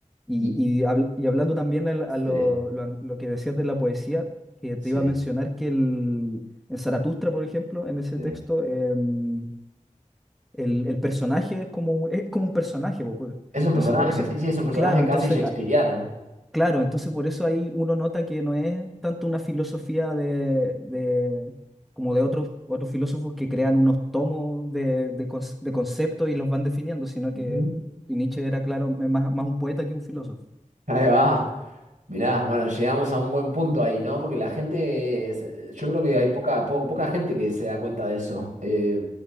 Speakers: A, in the centre; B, on the right (about 75°).
A: Y,
B: y
A: y, habl- y hablando también al- a,
B: sí,
A: lo, lo an- lo que decías de la poesía, que te
B: sí,
A: iba a mencionar que el, en Zaratustra, por ejemplo, en ese
B: sí.
A: texto, em, el, el personaje es como, es como un personaje. po, por-
B: Es un
A: Entonces,
B: personaje,
A: por eso,
B: sí, sí, es un personaje
A: claro, entonces,
B: casi shakespeariano.
A: ah, claro, entonces por eso ahí uno nota que no es tanto una filosofía de, de- como de otros, otros filósofos que crean unos tomos de, de, cons- de conceptos y los van definiendo, sino
B: Ujú.
A: que Nietzsche era, claro, más, más un poeta que un filósofo.
B: Ahí va. Mirá, bueno, llegamos a un buen punto ahí, ¿no? Porque la gente, es- eh, yo creo que hay poca, po- poca gente que se da cuenta de eso. Eh,